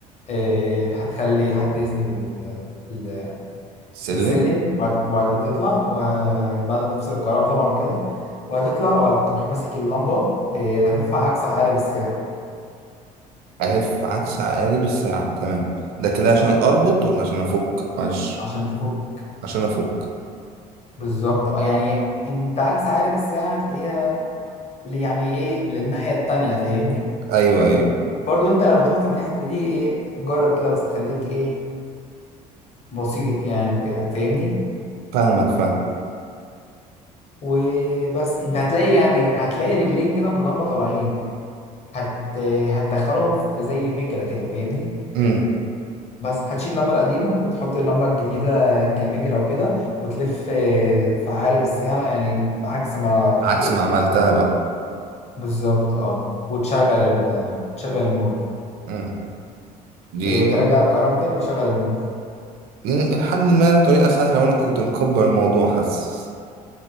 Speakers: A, on the left; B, on the right.
A: آه، هتخلي حد يسند ال- ال-
B: سلم
A: السلم وبعد- وبعدين تطلع وبعد ما تفصل الكهرباء طبعا وكده وهتطلع وهتروح ماسك اللمبة آه، لففها عكس عقارب الساعة
B: ألف عكس عقارب الساعة تمام ده كده عشان أربط ولا عشان أفك معلش
A: عشان تفوق
B: عشان أفك
A: بالظبط آه، يعني انت عكس عقارب الساعة تلاقيها يعني ايه للناحية التانية فاهمني
B: أيوه أيوه
A: برضو انت لو تهت من الحتة دي ايه جرب كده بس تخليك ايه بسيط يعني وكده فاهمني
B: فاهمك فاهم
A: وبس انت هتلاقي يعني هتلاقي رجلين كده من اللمبة طالعين هت... هتدخلهم في زي مجرى كده فاهمني
B: امم
A: بس هتشيل اللمبة القديمة وتحط اللمبة الجديدة كمجرى وكده وتلف اه، في عقارب الساعة يعني عكس ما فكيت
B: عكس ما عملتها بقى
A: بالظبط اه وتشغل ال... تشغل النور
B: امم دي
A: وترجع الكهرباء تاني وتشغل النور
B: دي لحد ما طريقة سهلة وأنا كنت مكبر الموضوع حاسس